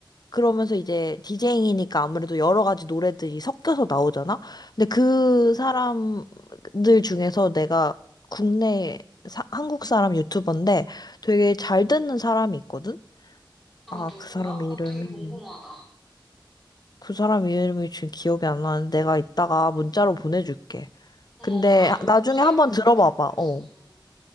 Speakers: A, on the left; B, in the centre.
A: 그러면서 이제 디제잉이니까 아무래도 여러 가지 노래들이 섞여서 나오잖아? 근데 그 사람들 중에서 내가 국내 사- 한국 사람 유튜버인데 되게 잘 듣는 사람이 있거든?
B: 어,
A: 아,
B: 누구야?
A: 그 사람 이름이.
B: 갑자기 궁금하다.
A: 그 사람 이름이 지금 기억이 안 나는데 내가 이따가 문자로 보내줄게.
B: 어,
A: 근데
B: 나도
A: 하- 나중에
B: 요즘 새로운
A: 한번 들어봐봐.
B: 노래 찾고 있어서.
A: 어.